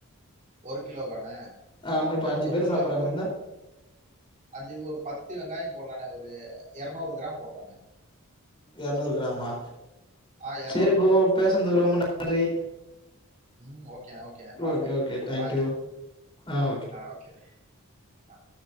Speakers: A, on the right (about 35°); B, on the left (about 25°).
A: ஒரு கிலோக்கானு அண்ண
B: ஆமா இப்ப அஞ்சு
A: ஒரு
B: பேர்
A: கிலோவுக்கு
B: சாப்பட்ற மாரி
A: ஒரு
B: இருந்தா
A: அஞ்சு ஒரு பத்து வெங்காயம் போடலானே ஒரு இரநூறு கிராம் போடலாங்க
B: இரநூறு கிராம
A: ஆஹ் இரநூறு
B: செரி
A: கிராம்
B: ப்ரோ
A: போடலாண்ணே
B: பேசுறதுக்கு ரொம்ப நன்றி
A: ம் ஓகேண்ணே ஓகேண்ணே பாருண்ணே
B: ஓகேஓகே தேங்க்யூ
A: பாய்ண்ணே
B: ஆஹ்
A: ஓகேண்ணே ஆஹ்